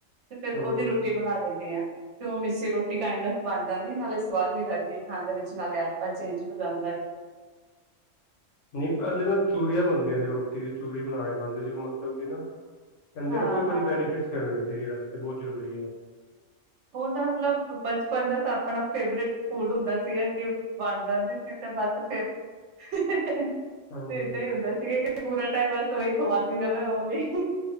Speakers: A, on the right; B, on the left.
A: ਤੇ ਫੇਰ
B: ਹੂੰ
A: ਓਦੀ ਰੋਟੀ ਬਨਾ ਦਿੰਨੇ ਆ। ਤੇ ਓ ਮਿੱਸੀ ਰੋਟੀ ਕਾਇੰਡਫ ਬਨ ਜਾਂਦੀ ਨਾਲੇ ਸਵਾਦ ਵੀ ਲੱਗਦੀ ਐ ਖਾਨ ਦੇ ਵਿਚ ਨਾਲੇ ਆਟਾ ਚੇਂਜ ਹੋ ਜਾਂਦੈ। <inaudible>
B: ਨਈਂ ਪੈਲੇ ਨਾ ਚੂਰੀਆਂ ਬਨਦੀਆਂ ਸੀ ਰੋਟੀ ਦੀ ਚੂਰੀ ਬਨਾ ਕੇ ਖਾਂਦੇ ਸੀ ਹੁਨ ਮਤਲਬ ਕਿ ਨਾ, ਕੈਦੇ
A: ਹਾਂ
B: ਨੇ ਓਈ ਬੜੀ
A: ਹਾਂ
B: ਬੈਨੀਫਿਟਸ ਕਰ ਰਏ ਸਰੀਰ ਆਸਤੇ ਬੋਤ ਜ਼ਰੂਰੀ ਐ।
A: ਓ ਤਾਂ ਮਤਲਬ ਬਚਪਨ ਦਾ ਤਾਂ ਆਪਨਾ ਫੇਵਰੇਟ ਫੂਡ ਹੁੰਦਾ ਸੀਗਾ ਕਿ ਬਣ ਜਾਂਦੀ ਸੀ ਤੇ ਬਸ ਫੇਰ ਫੇਰ
B: ਹਾਂਜੀ
A: ਤੇ ਏਈ ਹੁੰਦਾ ਸੀਗਾ ਕਿ ਪੂਰਾ ਟੈਮ ਬਸ ਓਈ ਖਵਾਂਦੀ ਰਵੇ ਮੰਮੀ।